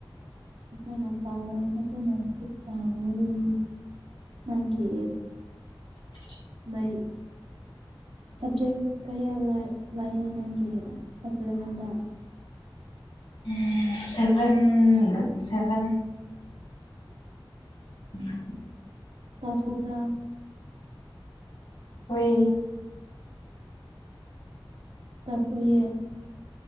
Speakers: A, on the right; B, on the left.
A: ꯐꯖꯅ ꯄꯥꯋꯣ ꯐꯖꯅ <unintelligible> ꯅꯪꯒꯤ
B: <inaudible>
A: ꯂꯩ ꯁꯕꯖꯦꯛ ꯀꯌꯥ ꯂꯥꯛ ꯂꯥꯛꯌꯦ ꯅꯪꯒꯤ ꯀ꯭ꯂꯥꯁ ꯏꯂꯚꯦꯟꯗ
B: ꯎꯝ ꯁꯕꯦꯟ ꯁꯕꯦꯟ ꯎꯝ
A: ꯀꯌꯥ ꯁꯨꯕ꯭ꯔꯥ
B: ꯍꯣꯏ
A: ꯇꯥꯛꯄꯤꯌꯦ